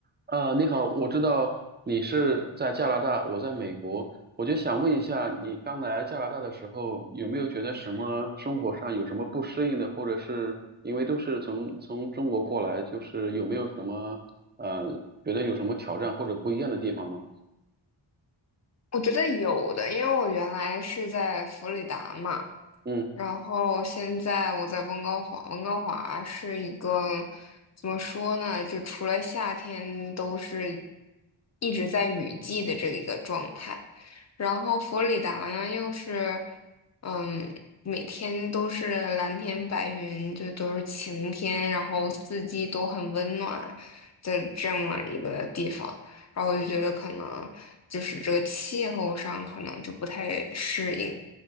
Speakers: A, on the right; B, on the left.
A: 呃，你好，我知道你是在加拿大，我在美国，我就想问一下，你刚来加拿大的时候，有没有觉得什么生活上有什么不适应的，或者是因为都是从从中国过来，就是有没有什么呃，觉得有什么挑战或者不一样的地方吗？
B: 我觉得有的，因为我原来是在弗里达嘛，
A: 嗯。
B: 然后现在我在温哥华，温哥华是一个怎么说呢？就除了夏天都是一直在雨季的这一个状态。然后佛罗里达呢，又是嗯，每天都是蓝天白云，就都是晴天，然后四季都很温暖的这么一个地方。然后我就觉得可能就是这个气候上可能就不太适应。